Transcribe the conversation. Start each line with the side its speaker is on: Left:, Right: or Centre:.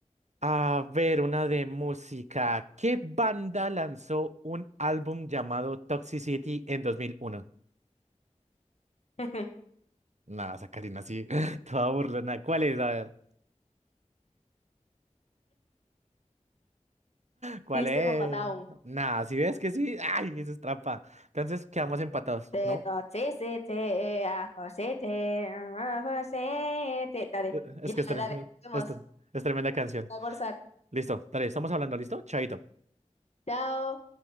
Right: A ver, una de música. ¿Qué banda lanzó un álbum llamado Toxicity en 2001?
Left: <laughs>
Right: Nada, Sacarina, así, <laughs> toda burlona. ¿Cuál es? A ver, ¿cuál
Left: System
Right: es?
Left: of a Down.
Right: Nada, si ves que sí, ay, eso es trampa. Entonces quedamos empatados,
Left: Te
Right: ¿no?
Left: toxicity, afoxity, afoxity. Dale,
Right: Eh, Es
Left: ya,
Right: que es, tre-
Left: dale,
Right: <laughs>
Left: nos vemos.
Right: es tre- es tremenda canción.
Left: A almorzar.
Right: Listo, dale, estamos hablando, ¿listo? Chaito.
Left: Chao.